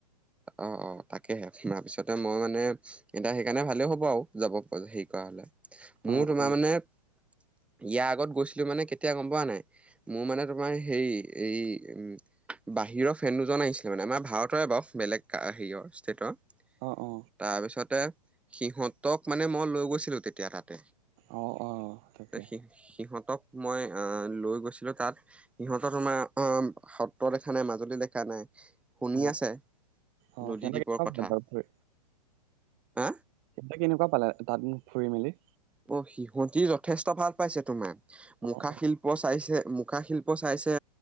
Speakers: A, in the centre; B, on the right.
A: অ', অ' তাকেহে তাৰ পিছতে মই মানে এতিয়া সেইকাৰণে ভালেও হ'ব আৰু যাব হেৰি কৰা হলে
B: অ
A: মোৰ
B: অ
A: তোমাৰ মানে ইয়াৰ আগত গৈছিলো মানে কেতিয়া গম পোৱা নাই মোৰ মানে তোমাৰ হেৰি এই উ বাহিৰৰ ফেন দুজন আহিছিলে মানে আমাৰ ভাৰতৰে বাৰু বেলেগ হেৰিয়ৰ ষ্টেটৰ।
B: অ', অ'।
A: তাৰ পিছতে সিহঁতক মানে মই লৈ গৈছিলো তেতিয়া তাতে।
B: অ অ তাকে
A: সি-সিহঁতক মই অ' লৈ গৈছিলো তাত সিহঁতৰ তোমাৰ সত্ৰ দেখা, নাই মাজুলী দেখা নাই শুনি
B: অ
A: আছে
B: অ
A: নদী
B: সিহঁতে
A: দ্বীপৰ
B: কেনেকুৱা
A: কথা।
B: পালে বাৰু ফুৰি
A: হা
B: <unintelligible> কেনেকুৱা পালে তাত ফুৰি মেলি?
A: অ' সিহঁতি যথেষ্ট ভাল পাইছে তোমাৰ মুখা
B: অ অ
A: শিল্প শিল্প চাইছে, মুখা শিল্প চাইছে।